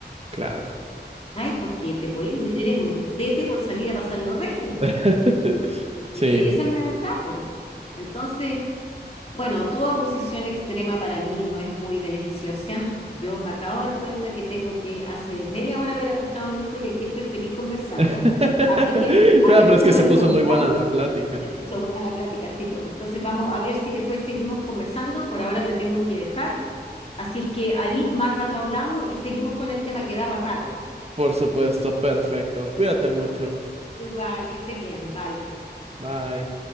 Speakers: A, on the right; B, on the left.
A: Claro.
B: Ay, porque te podéis meter en un tete por salir a pasar los regios.
A: <laughs> Sí.
B: Es que esa es la verdad, po. Entonces, bueno, toda posición extrema para mí no es muy beneficiosa. Yo me acabo de dar cuenta que tengo que hace media hora haber acostado a mi hijo y aquí estoy feliz conversando.
A: <laughs>
B: Así que a
A: Claro,
B: ver
A: pero
B: si
A: es que
B: nos
A: se
B: encontramos.
A: puso muy buena la plática.
B: Se puso buena la plática, sí, po. Entonces vamos a ver si después seguimos conversando. Por ahora te tengo que dejar. Así es que ahí más rato hablamos y seguimos con el tema que da para rato.
A: Por supuesto, perfecto. Cuídate mucho.
B: Igual, que estés bien, vale.
A: Bye.